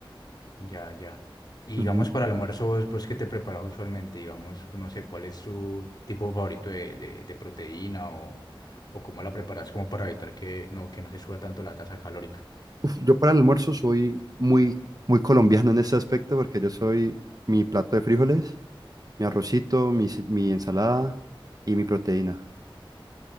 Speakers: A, on the left; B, on the right.
A: Ya, ya. Y digamos,
B: Ujú.
A: para el almuerzo, ¿vos, vos qué te preparas usualmente? Digamos, no sé, ¿cuál es tu tipo favorito de, de- de proteína o, o cómo la preparas como para evitar que no, que no se suba tanto la tasa calórica?
B: Yo para el almuerzo soy muy, muy colombiano en ese aspecto porque yo soy mi plato de frijoles, mi arrocito, mi, ce- mi ensalada y mi proteína.